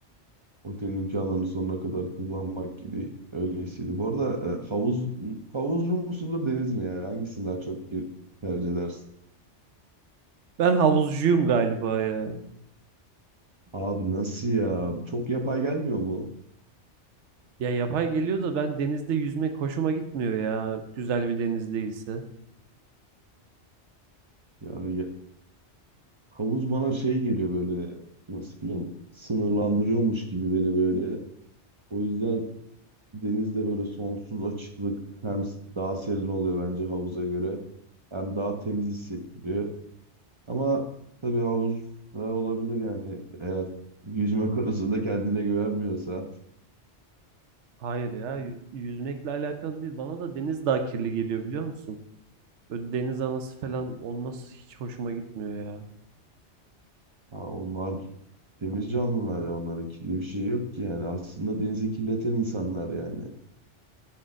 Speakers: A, on the right; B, on the right.
A: Otelin imkanlarını sonuna kadar kullanmak gibi öyle hissediyorum. Bu arada e, havuz havuzcu musundur deniz mi yani hangisini daha çok ge- tercih edersin?
B: Ben havuzcuyum galiba ya.
A: Abi nasıl ya? Çok yapay gelmiyor mu?
B: Ya yapay geliyor da ben denizde yüzmek hoşuma gitmiyor ya. Güzel bir deniz değilse.
A: Ya, ya- havuz bana şey geliyor böyle nasıl diyeyim sınırlandırıyormuş gibi beni böyle. O yüzden Denizde böyle sonsuz açıklık hem daha serin oluyor bence havuza göre hem daha temiz hissettiriyor. Ama tabii havuz da olabilir yani eğer yüzme <laughs> konusunda kendine güvenmiyorsa.
B: Hayır ya, yü- yüzmekle alakalı değil. Bana da deniz daha kirli geliyor biliyor musun? Böyle deniz anası falan olması hiç hoşuma gitmiyor ya.
A: Ha, onlar temiz canlılar ya onların kirli bir şey yok ki yani aslında denizi kirleten insanlar yani